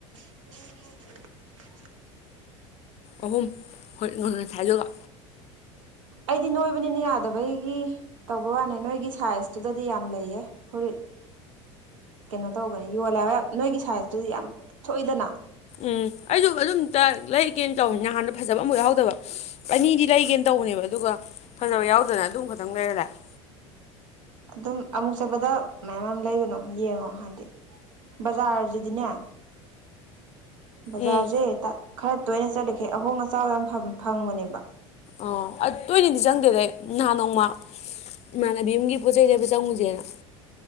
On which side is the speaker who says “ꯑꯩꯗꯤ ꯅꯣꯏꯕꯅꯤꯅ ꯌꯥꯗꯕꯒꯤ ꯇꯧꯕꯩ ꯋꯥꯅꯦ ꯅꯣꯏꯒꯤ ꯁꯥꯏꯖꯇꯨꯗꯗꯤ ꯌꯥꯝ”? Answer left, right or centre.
Right